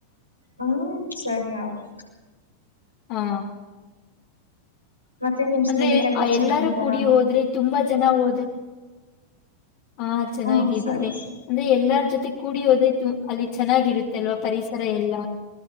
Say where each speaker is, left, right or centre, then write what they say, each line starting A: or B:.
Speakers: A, on the left; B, on the left.
A: ಹ್ಮ್ ಸರಿ ಆಯ್ತು <inaudible>
B: ಹಾ
A: ಮತ್ತೆ ನಿಮ್
B: ಅಂದ್ರೆ
A: ಸ್ನೇಹಿತರೆಲ್ಲಾ ಚೆನ್ನಾಗಿದಾರ
B: ಎಲ್ಲಾರೂ ಕುಡಿ ಹೋದ್ರೆ ತುಂಬಾ ಜನ ಹೋದ ಹಾ ಚೆನ್ನಾಗಿದ್ದಾರೆ
A: ಹ್ಮ್ ಸರಿ ಸರಿ
B: ಅಂದ್ರೆ ಎಲ್ಲಾರ ಜೊತೆ ಕೂಡಿ ಹೋದೇತು ಅಲ್ಲಿ ಚೆನ್ನಾಗಿರುತ್ತೆ ಅಲ್ವಾ ಪರಿಸರ ಎಲ್ಲ